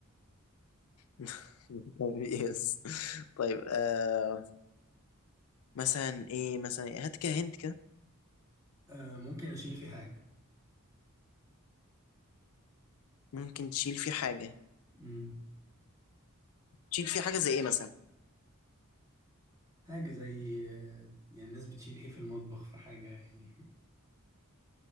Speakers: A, on the left (about 75°); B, on the right (about 15°).
A: <laughs> يس طيب آه مثلا ايه مثلا إيه؟ هات كده هنت كده
B: آه، ممكن اشيل فيه حاجة
A: ممكن تشيل فيه حاجة
B: مم.
A: تشيل فيه حاجة زي ايه مثلا
B: حاجة زي آه، يعني الناس بتشيل ايه في المطبخ في حاجة يعني